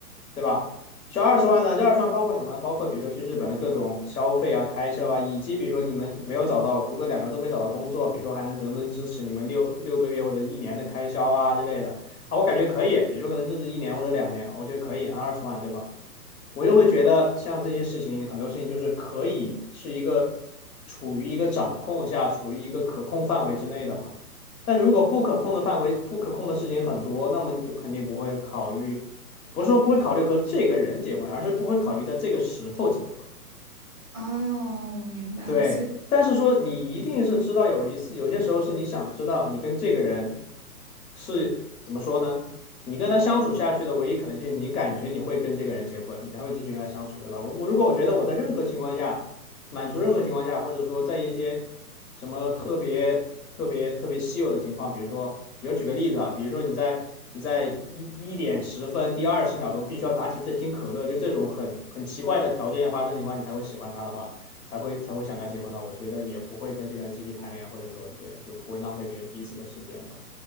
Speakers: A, on the left; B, on the right.
A: 对吧？需要二十万呢，这二十万包括什么呢？包括比如说去日本的各种消费啊、开销啊，以及比如说你们没有找到，如果两个都没找到工作，比如说还能能不能支持你们六六个月或者一年的开销啊之类的啊，我感觉可以，比如说可能支持一年或者两年，我觉得可以，二十万对吧？我又会觉得像这些事情，很多事情就是可以是一个处于一个掌控下，处于一个可控范围之内的嘛。但是如果不可控的范围、不可控的事情很多，那么你就肯定不会考虑，不是说不会考虑和这个人结婚，而是不会考虑在这个时候结婚。
B: 哦，我明白了，
A: 对，
B: 所以，
A: 但是说你一定是知道有一次，有些时候是你想知道你跟这个人是怎么说呢？你跟他相处下去的唯一可能性，你感觉你会跟这个人结婚，你还会继续跟他相处，对吧？我我如果我觉得我在任何情况下满足任何情况下，或者说在一些什么特别特别特别稀有的情况，比如说，比如举个例子啊，比如说你在你在一一点十分第二十秒钟必须要拿起这听可乐，就这种很很奇怪的条件发生情况，你才会喜欢他的话。才会才会想跟他结婚的。我觉得也不会跟这个人继续谈恋爱，或者说对，就不会浪费别人彼此的时间吧。